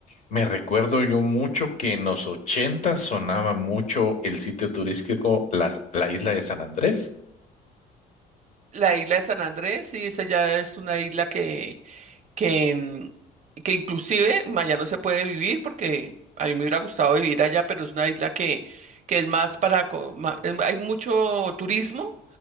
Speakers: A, on the left; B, on the right.
A: me recuerdo yo mucho que en los 80 sonaba mucho el sitio turístico las- la isla de San Andrés.
B: La isla de San Andrés, sí, esa ya es una isla que, mm, que inclusive allá no se puede vivir porque a mí me hubiera gustado vivir allá, pero es una isla que, que es más para... co- ma- em, Hay mucho turismo